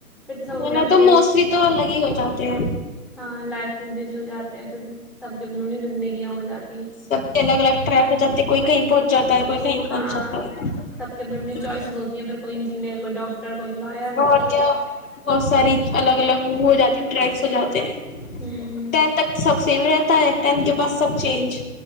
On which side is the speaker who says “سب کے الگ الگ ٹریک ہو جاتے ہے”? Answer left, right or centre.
Left